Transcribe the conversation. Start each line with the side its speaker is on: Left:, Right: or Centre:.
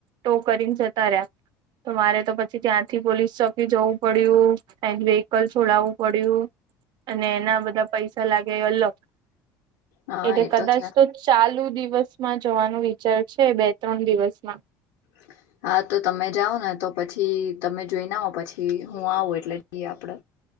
Right: તો કરીને જતા રહ્યા તો મારે તો પછી ત્યાં થી પોલીસ ચોકી જવું પડ્યું વેહકલ છોડાવવું પડ્યું. અને એના બધા પૈસા લાગેલો
Left: હા
Right: એટલે
Left: એ
Right: કદાચ
Left: છે
Right: તો ચાલુ દિવસમાં જવાનું વિચાર છે બે ત્રણ દિવસમાં
Left: હ. હા તો તમે જાઓ ને તો પછી તમે જોઈને આવ પછી હું આવું એટલે જઈએ આપડ